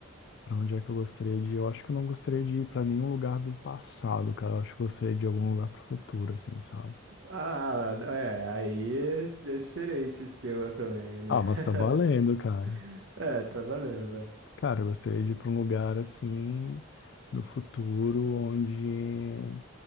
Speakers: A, on the left (about 55°); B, on the right (about 60°).
A: Pra onde é que eu gostaria de ir? Eu acho que eu não gostaria de ir pra nenhum lugar do passado, cara. Eu acho que eu gostaria de ir algum lugar pro futuro, assim, sabe?
B: Ah, é, aí é, é diferente o esquema também, né?
A: Ah, mas
B: <laughs>
A: tá valendo, cara.
B: É, tá valendo, velho.
A: Cara, eu gostaria de ir pra um lugar, assim, no futuro, onde